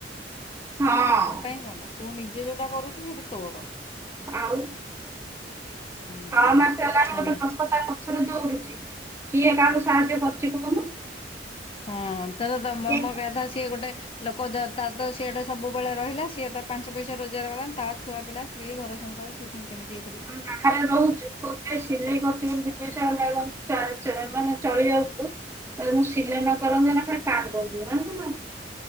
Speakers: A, on the right; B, on the left.
A: ହଁ।
B: କାଇଁ କଣ, ତୁ ନିଜେ ଯୋଉଟା କରୁଛୁ ସେଇଟା ତୋର।
A: ଆଉ
B: ହୁଁ
A: ଛଅ ମାସ ହେଲାଣି
B: ହଁ
A: ଗୋଟେ ଲୋକ ତା ପଛରେ ଦୌଡୁଛି, କିଏ କାହାକୁ ସାହାଯ୍ୟ କରୁଛି କହୁନୁ?
B: ହଁ। ତ-ତ-ତାର
A: କିଏ
B: ମୋ କହିଆ କଥା ସିଏ ଗୋଟେ ଲୋକ ତ ତାର ସିଆଡ଼େ ସବୁବେଳେ ରହିଲା, ସିଏ ତ ପାଞ୍ଚ ପଇସା ରୋଜଗାର କଲାନି, ତା ଛୁଆପିଲା, ସ୍ତ୍ରୀ ଘର ସଂସାର ଫୁଣି କେମିତି ଇଏ କରିବ?
A: ଆମେ ବାହାରେ ରହୁଛୁ, କୋଉ କିଏ ସିଲେଇ କରୁଚି ବୋଲି ଦିପଇସା ହେଲେ ମାନେ ଚା-ଚା ମାନେ ଚଳିଯାଉଛୁ। ଯଦି ମୁଁ ସିଲେଇ ନ କରନ୍ତି, ଏଇନା ଖାଲି କାନ୍ଦନ୍ତୁ। ଜାଣିଛୁନା?